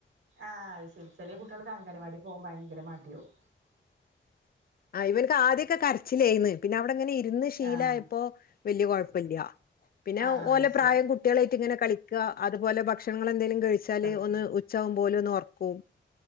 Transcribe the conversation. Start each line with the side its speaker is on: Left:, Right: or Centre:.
Right: ആ അശരി ചെലെ കുട്ട്യേൽക്ക് അംഗനവാടി പോ ഭയങ്കര മടിയാവും
Left: ആ ഇവൻക്ക് ആദ്യാക്കെ കരച്ചിലേന്ന് പിന്നെ അവിടെങ്ങനെയി ര്ന്ന് ശിലായിപ്പോ
Right: ആഹ്
Left: വല്യ കൊഴപ്പല്യ പിന്നെ
Right: ആഹ്
Left: ഓലെ
Right: അത് ശരി
Left: പ്രായം കു കുട്ട്യളായിട്ട് ഇങ്ങനെ കളിക്ക അതുപോലെ ഭക്ഷണങ്ങളെന്തെലും കഴിച്ചാല്
Right: കളിക്കുന്നു
Left: ഒന്ന് ഉ ചാവുബോലോന്നോർക്കു